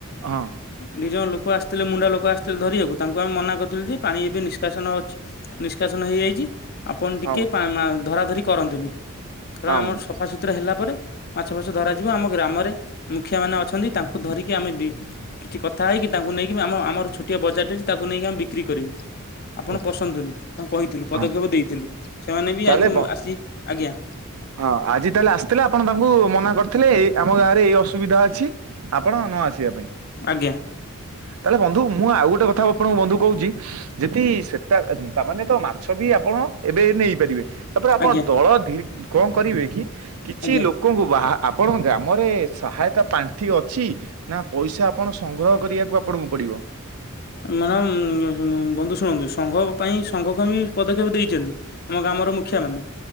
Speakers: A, on the right; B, on the left.
A: ହଁ।
B: ଦିଇ ଜଣ ଲୋକ ଆସିଥିଲେ ମୁଣ୍ଡା ଲୋକ ଆସିଥିଲେ ଧରିବାକୁ ତାଙ୍କୁ ଆମେ ମନା କରିଥିଲୁ ଯେ ପାଣି ଏବେ ନିଷ୍କାସନ ଅଛି ନିଷ୍କାସନ ହେଇଯାଇଛି ଆପଣ
A: ହଁ
B: ଟିକେ
A: ବନ୍ଧୁ
B: ମା ଧରା ଧରି କରନ୍ତୁନି ହେରା
A: ହଁ
B: ଆମର
A: ବନ୍ଧୁ
B: ସଫାସୁତୁରା ହେଲା ପରେ ମାଛ ଫାସ ଧରାଯିବ ଆମ ଗ୍ରାମରେ ମୁଖିଆ ମାନେ ଅଛନ୍ତି ତାଙ୍କୁ ଧରିକି ଆମେ ବି କିଛି କଥା ହେଇକି ତାଙ୍କୁ ନେଇକି ଆମ ଆମର ଛୋଟିଆ ବଜାରରେ ଅଛି ତାକୁ ନେଇକି ଆମ ବିକ୍ରି କରିବୁ। ଆପଣ
A: ଓହୋ
B: ପଶନ୍ତୁନି ତାଙ୍କୁ କହିଥିଲୁ ପଦକ୍ଷେପ
A: ହଁ
B: ଦେଇଥିଲୁ ସେମାନେ ବି
A: ତାହେଲେ
B: ଆଜି
A: ବ
B: ଆସି ଆଜ୍ଞା।
A: ହଁ ଆଜି ତାହେଲେ ଆସିଥିଲେ ଆପଣ ତାଙ୍କୁ ମନା କରିଥିଲେ ଏ ଆମ ଗାଁରେ ଏଇଅ ସୁବିଧା ଅଛି ଆପଣ ନ ଆସିବା ପାଇଁ।
B: ଆଜ୍ଞା
A: ତାହେଲେ ବନ୍ଧୁ ମୁଁ ଆଉ ଗୋଟେ କଥା ଆପଣଙ୍କୁ ବନ୍ଧୁ କହୁଛି। ଯଦି ସେଟା ତାମାନେ ତ ମାଛ ବି ଆପଣ ଏବେ ନେଇପାରିବେ। ତାପରେ ଆପଣ
B: ଆଜ୍ଞା
A: ଦଳ ଧି କଣ କରିବେ କି କିଛି
B: ଆଜ୍ଞା
A: ଲୋକ ଲୋକ ଙ୍କୁ ବା ଆପଣଙ୍କ ଗ୍ରାମରେ ସହାୟତା ପାଣ୍ଠି ଅଛି। ନା ପଇସା ଆପଣ ସଂଗ୍ରହ କରିବାକୁ ଆପଣଙ୍କୁ ପଡିବ।
B: ମ୍ୟାମ୍ ବନ୍ଧୁ ଶୁଣନ୍ତୁ ସଂଘ ପାଇଁ ସଂଘକୁ ବି ପଦକ୍ଷେପ ସବୁ ଦେଇଛନ୍ତି। ଆମ ଗ୍ରାମର ମୁଖିଆ ମାନେ।